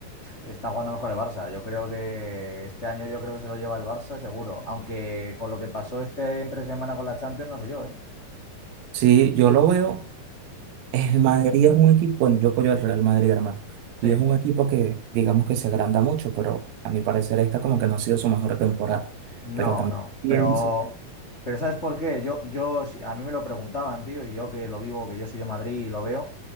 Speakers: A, on the left; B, on the right.
A: está jugando mejor el Barça. Yo creo que este año yo creo que se lo lleva el Barça, seguro. Aunque con lo que pasó este entre semana con la Champions, no sé yo, ¿eh?
B: Sí, yo lo veo. El Madrid es un equipo, bueno, yo apoyo al Real Madrid, hermano,
A: Sí.
B: y es un equipo que digamos que se agranda mucho, pero a mi parecer esta como que no ha sido su mejor temporada.
A: No,
B: Pero también
A: no,
B: pienso,
A: pero, pero ¿sabes por qué? Yo, yo, si- a mí me lo preguntaban, tío, y yo que lo vivo, que yo soy de Madrid y lo veo.